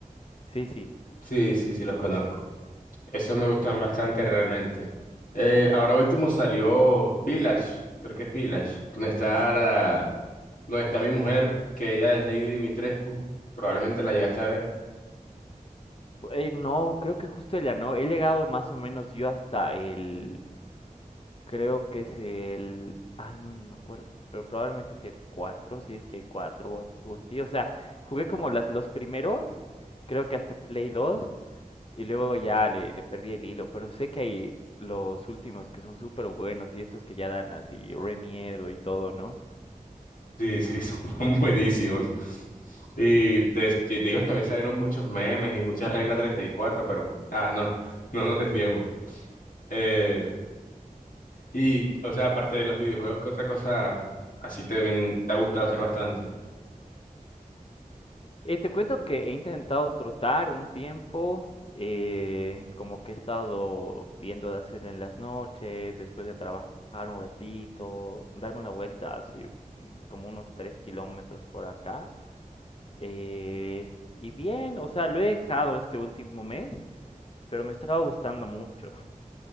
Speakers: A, on the left; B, on the left.
A: Sí, sí.
B: sí, sí, sí, los conozco. Esos me gustan bastante realmente. Eh, ahora último salió Village, creo que es Village, donde está la, donde está mi mujer, que ella es Lady Dimitrescu, probablemente la llegaste a ver.
A: eh, no, creo que justo ella no. He llegado más o menos yo hasta el... Creo que es el... Ay, no, ni me acuerdo. Pero probablemente es el 4 si es que hay 4 o algo así. O sea, jugué como las, los primeros, creo que hasta Play dos Y luego ya le, le perdí el hilo, pero sé que hay los últimos que son súper buenos y estos que ya dan así re miedo y todo, ¿no?
B: Sí, sí, <laughs> son buenísimos. Y de te digo, también salieron muchos memes y muchas reglas 34, pero ah, no, <laughs> no nos desviemos. Eh, y, o sea, aparte de los videojuegos, ¿qué otra cosa así te, te ha gustado hacer bastante?
A: Eh, te cuento que he intentado trotar un tiempo, eh, como que he estado viendo de hacerlo en las noches, después de trabajar un ratito, darme una vuelta así mm, como unos 3 kilómetros por acá. eh, y bien, o sea, lo he dejado este último mes, pero me estaba gustando mucho.